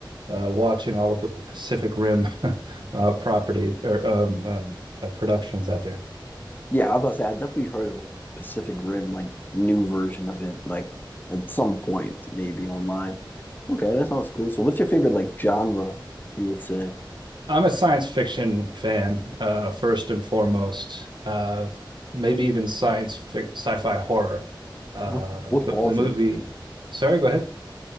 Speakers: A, on the right (about 65°); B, on the left (about 25°).
A: uh, watching all of the Pacific Rim <laughs> uh, property or um, um, uh, productions out there.
B: Yeah, I was about to say I definitely heard of a Pacific Rim like new version of it like at some point maybe online. Okay, that sounds cool. So what's your favorite like genre you would say?
A: I'm a science fiction fan, uh, first and foremost. Uh, maybe even science fic sci-fi horror. Uh,
B: What what
A: the
B: falls
A: the movie,
B: in?
A: sorry, go ahead.